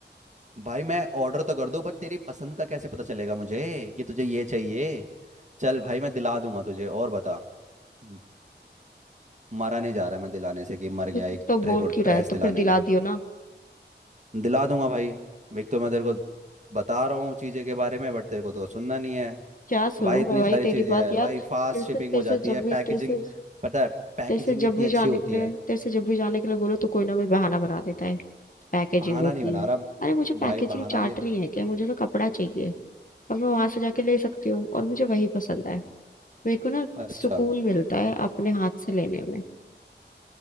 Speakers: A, on the right; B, on the left.
A: भाई मैं ऑर्डर तो कर दूं पर तेरी पसंद का कैसे पता चलेगा मुझे कि तुझे ये चाहिए चल भाई मैं दिला दूंगा तुझे और बता म- मरा नहीं जा रहा मैं दिलाने से कि मर गया
B: तो,
A: एक
B: तो
A: ट्रे
B: बोल
A: को ड्रेस
B: क्यों रहा है तो
A: दिलाने
B: फिर दिला
A: में
B: दियो ना
A: दिला दूंगा भाई एक तो मैं तेरे को बता रहा हूँ चीज़ें के बारे में बट तेरे को तो सुनना नहीं है
B: क्या सुनूं
A: भाई इतनी
B: मैं भाई
A: सारी
B: तेरी
A: चीजें
B: बात
A: हैं
B: यार
A: भाई
B: तेरे
A: फास्ट
B: से
A: शिपिंग
B: तेरे
A: हो
B: से
A: जाती
B: जब
A: है
B: भी
A: पैकेजिंग
B: तेरे से
A: पता है पैकेजिंग
B: तेरे से जब
A: इतनी
B: भी
A: अच्छी
B: जाने
A: होती
B: के लिए
A: है
B: तेरे से जब भी जाने के लिए बोलो तो कोई ना कोई बहाना बना देता है पैकेजिंग
A: बहाना
B: होती
A: नहीं बना
B: है
A: रहा
B: अरे मुझे पैकेजिंग
A: भाई बहाना
B: चार्ट
A: नहीं
B: नहीं है क्या मुझे तो कपड़ा चाहिए और मैं वहां से जाके ले सकती हूँ और मुझे वही पसंद है मेरे को ना
A: अच्छा
B: सुकून मिलता है अपने हाथ से लेने में